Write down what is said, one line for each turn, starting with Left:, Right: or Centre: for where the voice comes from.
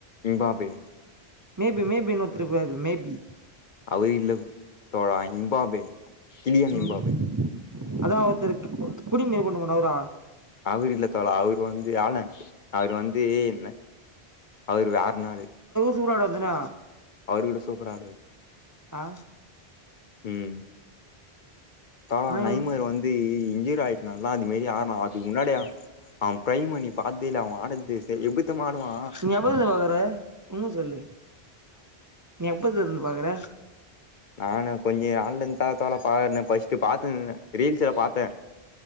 Left: இன்பாபி
Right: மேபி மேபின்னு ஒத்தரு இருப்பாரு பாரு மேபி
Left: அவரு இல்ல தோழா இம்பாபே கிளியன் இம்பாபே
Right: ம்பா அதா ஒருத்தரு குடிமேறி போட்னு போனாரே அவுரா
Left: அவுர் இல்ல தோழா அவரு வந்து ஆளன் அவுர் வந்து என்ன அவுருக்கு ஆறுநாளு
Right: சூப்பராடு வந்துனா
Left: அவுரு கூட சூப்பரா ஆடுவாரு
Right: ஆ
Left: ம் தோழா
Right: ஆனா
Left: நைமர் வந்து இன்ஜுரி ஆய்ட்டு நல்லாந்தி அது மாரி ஆனா அதுக்கு முன்னாடி பிரைமணி பார்த்தில அவ ஆடன்து செ எப்டிதெரிமா ஆடுவா
Right: நீ எப்பதுல பாக்குற உண்ம சொல்லு நீ எப்பத்லருந்து பாக்குற
Left: நானு கொஞ்ச நாள்லந்தா தோழா பாகுறனே பஃர்ஸ்ட் பாத்துனுருந்த ரீல்ஸ்ல பாத்தேன்